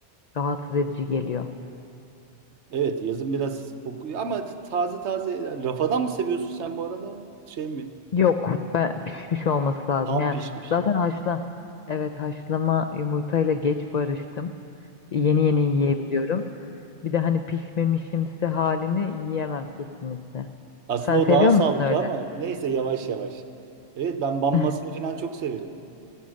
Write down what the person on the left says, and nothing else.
Rahatsız edici geliyor.
Yok, ben pişmiş olması lazım.
Yani
zaten haşla Evet haşlama yumurtayla geç barıştım. Yeni yeni yiyebiliyorum. Bir de hani pişmemişimsi halini yiyemem kesinlikle.
Sen
seviyor
musun öyle?
<laughs>